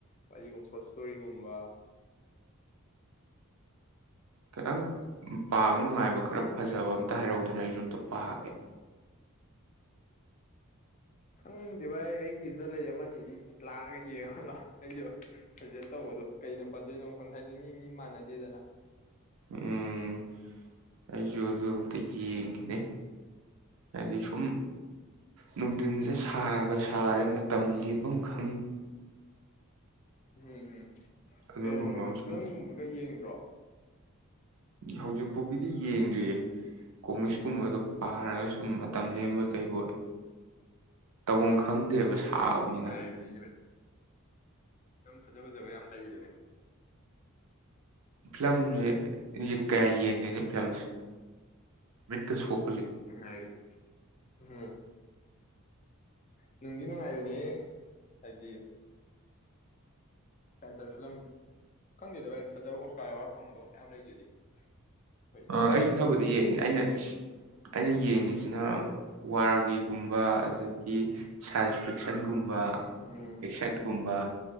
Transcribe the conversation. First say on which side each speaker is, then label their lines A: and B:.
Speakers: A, on the left; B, on the right.
A: ꯋꯥꯔꯤꯒꯨꯝꯕ ꯁꯣꯔꯠ ꯁꯇꯣꯔꯤꯒꯨꯝꯕ
B: ꯈꯤꯇꯪ ꯄꯥꯕ ꯅꯨꯡꯉꯥꯏꯕ ꯈꯔ ꯐꯖꯕ ꯑꯝꯇ ꯍꯥꯏꯔꯧꯗꯅ ꯑꯩꯁꯨ ꯑꯝꯇ ꯄꯥꯒꯦ
A: ꯈꯪꯗꯦ ꯚꯥꯏ ꯑꯩꯒꯤꯁꯤꯗ ꯂꯩꯔꯤꯑꯃꯅꯤꯁꯤ ꯂꯥꯛꯑꯒ ꯌꯦꯡꯉꯒ ꯂꯥꯛꯑꯣ ꯑꯩꯁꯨ ꯁꯖꯦꯁ ꯇꯧꯕꯗꯣ ꯀꯩꯅ ꯐꯗꯣꯏꯅꯣ ꯈꯪ‌ ꯍꯥꯏꯗꯤ ꯃꯤ ꯃꯤ ꯃꯥꯟꯅꯗꯦꯗꯅ
B: ꯎꯝ ꯑꯩꯁꯨ ꯑꯗꯨ ꯑꯝꯇ ꯌꯦꯡꯒꯦꯅꯦ ꯍꯥꯏꯗꯤ ꯁꯨꯝ ꯅꯨꯡꯊꯤꯟ ꯁꯦ ꯁꯥꯒ ꯁꯥꯔꯦ ꯃ ꯇꯝ ꯂꯦꯟꯚꯝ ꯈꯪ
A: ꯎꯝ ꯎꯝ
B: ꯑꯗꯨꯒꯨꯝꯕ
A: ꯀꯩꯅꯣ
B: ꯑꯃ ꯁꯨꯝ
A: ꯐꯤꯂꯝꯒꯨꯝꯕꯒ ꯌꯦꯡ ꯗ꯭ꯔꯣ
B: ꯍꯧꯖꯤꯛ ꯐꯥꯎꯒꯤꯗꯤ ꯌꯦꯡꯗ꯭ꯔꯤꯌꯦ ꯀꯣꯃꯤꯛꯁꯀꯨꯝꯕꯗꯣ ꯄꯥꯔꯒ ꯁꯨꯝ ꯃꯇꯝ ꯂꯦꯟꯕꫭꯏ ꯀꯩꯕꫭꯏ ꯇꯧꯐꯝ ꯈꯪꯗꯦꯕ
A: ꯐꯤꯂꯝ ꯌꯦꯡꯕꯗꯨꯁꯨ
B: ꯁꯥꯕꯅꯤꯅ
A: ꯅꯨꯡꯉꯥꯏꯕꯅꯤꯅꯦ ꯚꯥꯏ ꯐꯤꯂꯝ ꯐꯖ ꯐꯖꯕ ꯌꯥꯝ ꯂꯩꯕꯅꯦ
B: ꯐꯤꯂꯝꯁꯦ ꯑꯩꯖꯦ ꯀꯌꯥ ꯌꯦꯡꯗꯦꯅꯦ ꯐꯤꯂꯝꯁꯦ ꯃꯤꯠꯀ ꯁꯣꯛ
A: <unintelligible> ꯎꯝ ꯅꯨꯡꯗꯤ ꯅꯨꯡꯉꯥꯏꯕꯅꯤꯍꯦ ꯍꯥꯏꯗꯤ ꯗꯥꯛꯇꯔ ꯐꯂꯝ ꯈꯪꯗꯦꯗ ꯚꯥꯏ ꯐꯖꯕ ꯑꯣꯁꯀꯥꯔ ꯑꯋꯥꯗ ꯐꯪꯕꯒ ꯃꯌꯥꯝ ꯂꯩꯗꯨꯗꯤ ꯑꯩꯈꯣꯏ ꯏꯟꯗꯤꯌꯥꯟ
B: ꯑ ꯑꯩꯁꯨ
A: ꯃꯨꯚꯤꯗꯁꯨ
B: ꯈꯕꯨꯗꯤ ꯌꯦꯡꯉꯤ ꯑꯩꯅ
A: ꯑꯗꯒꯤ
B: ꯑꯩꯅ ꯌꯦꯡꯉꯤꯁꯤꯅ ꯋꯥꯔꯒꯤ ꯒꯨꯝꯕ ꯑꯗꯒꯤ ꯁꯥꯏꯟꯁ ꯐꯤꯛꯁꯟ ꯒꯨꯝꯕ
A: ꯎꯝ
B: ꯑꯦꯛꯁꯟꯒꯨꯝꯕ